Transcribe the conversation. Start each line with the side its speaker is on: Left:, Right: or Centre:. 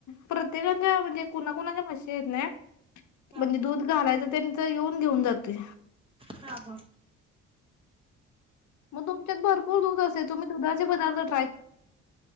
Left: प्रत्येकच्या म्हणजे कुणाकुणाच्या म्हशी आहेत ना
Right: हा
Left: म्हणजे दुध घालायचं त्यांच येऊन घेऊन जातोय
Right: हा हा.
Left: मग तुमच्यात भरपूर दूध असतय तुम्ही दुधात चे पदार्थत